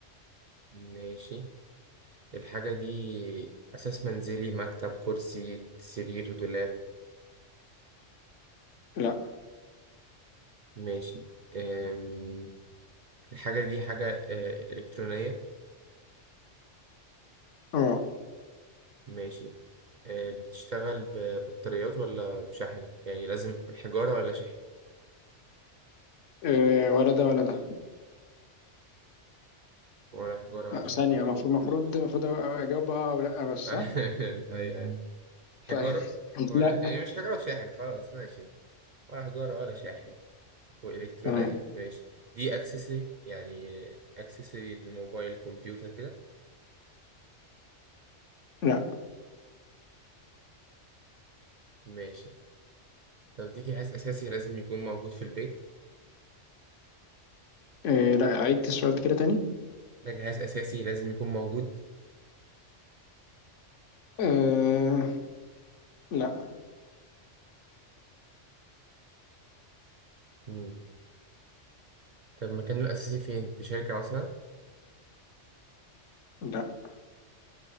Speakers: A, on the right; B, on the left.
A: ماشي الحاجه دي اساس منزلي مكتب كرسي سرير دولاب
B: لا
A: ماشي أم الحاجه دي حاجه اه، الكترونيه
B: اه
A: ماشي آه، بتشتغل ببطاريات ولا بشحن يعني لازم حجارة ولا شحن
B: آه، ولا ده ولا ده
A: ولا حجارة ولا
B: آه،
A: شحن
B: ثانية المفروض المفروض المفروض أجاوب اه أو لأ بس صح؟
A: <laughs> أيوة أيوة حجارة
B: طيب <laughs>
A: ولا يعني
B: لا
A: مش حجارة وشاحن خلاص ماشي ولا حجارة ولا شاحن وإلكترونية
B: تمام
A: ماشي دي أكسسوري يعني أكسسوري للموبايل كمبيوتر كده
B: لا
A: ماشي طب دي جهاز أساسي لازم يكون موجود في البيت
B: إيه لا عيد السؤال كده تاني
A: ده جهاز أساسي لازم يكون موجود
B: آه لا
A: مم. طب مكانه الأساسي فين في شركة مثلا
B: لا